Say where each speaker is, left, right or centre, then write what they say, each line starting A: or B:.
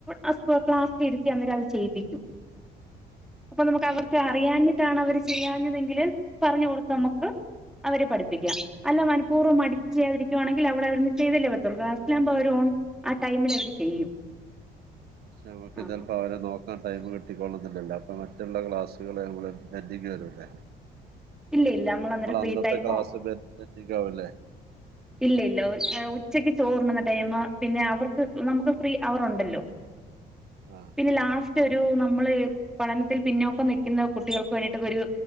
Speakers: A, in the centre; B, on the right (about 70°).
A: ആ സ്പോ ക്ലാസ്സിലിരുത്തി അന്നേരം അത് ചെയ്യിപ്പിക്കും. അപ്പൊ നമ്മക്ക് അവർക്ക് അറിയാഞ്ഞിട്ടാണ് അവര് ചെയ്യാഞ്ഞതെങ്കില് പറഞ്ഞ് കൊടുത്ത്
B: ഉം
A: നമ്മക്ക് അവരെ പഠിപ്പിക്കാം
B: ഉം
A: അല്ല മനപൂർവ്വം മടി ച്ച് ചെയ്യാതിരിക്കുവാണെങ്കി അവിടെവരുമ്പൊ ചെയ്തല്ലെ പറ്റത്തൊള്ളു ക്ലാസ്സിലാവുമ്പൊ അവര് ഓൺ ആ ടൈമില് അവര് ചെയ്യും
B: <unintelligible>
A: ആഹ്
B: ചെൽപ്പം അവരെ നോ ക്കാൻ ടൈമ് കിട്ടിക്കൊള്ളണന്നില്ലല്ലൊ അപ്പൊ മറ്റുള്ള ക്ലാസ്സുകൾ നമ്മള് പെന്റിങ്ങ് വെരൂല്ലേ
A: ഇല്ല ഇല്ല നമ്മൾ അന്നേരം
B: നമ്മളെ
A: ഫ്രീ
B: അന്നത്തെ
A: ടൈമോ
B: ക്ലാസ്സ് പെൻ പെന്റിങ്ങാവൂലേ
A: ഇല്ല ഇല്ല ഉച്ചക്ക് ചോറുണ്ണുന്ന ടൈമ് പിന്നെ അവർക്ക് നമ്മക്ക് ഫ്രീ അവറുണ്ടല്ലൊ
B: ആഹ്
A: പിന്നെ ലാസ്റ്റ് ഒരു നമ്മള് പഠനത്തിൽ പിന്നോക്കം നിക്കുന്ന കുട്ടികൾക്ക് വേണ്ടിട്ട് ഒരു